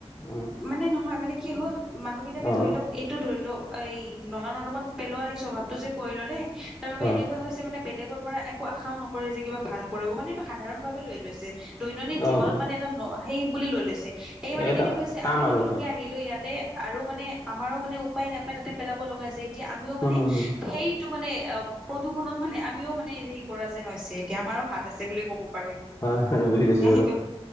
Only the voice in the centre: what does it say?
মানে নহয় মানে কি হ'ল মানুহবিলাকে
ধৰি লওঁক
এইটো ধৰি লওঁক এই নলা নৰ্দমত পেলোৱা এই স্বভাৱটো যে কৰি ল'লে। তাৰ বাবে
এনেকুৱা হৈছে মানে বেলেগৰ পৰা একো আশাও নকৰে যে কিবা ভাল কৰিব। মানে এইটো সাধাৰণ ভাৱে লৈ লৈছে দৈনন্দিন জীৱনত
মানে এটা সেই বুলি লৈ লৈছে। সেই মানে
কেনেকৈ হৈছে
আমি
নতুনকে আহিলো ইয়াত তে আৰু মানে আমাৰো মানে উপায় নাপায় তাতে পেলাব লগা হৈছে। এতিয়া আমিও
মানে সেই টো মানে প্ৰদূষণত মানে আমিও মানে হেৰি কৰা যেন হৈছে। এতিয়া আমাৰো হাত আছে বুলি ক'ব পাৰি
এ
সেইটো।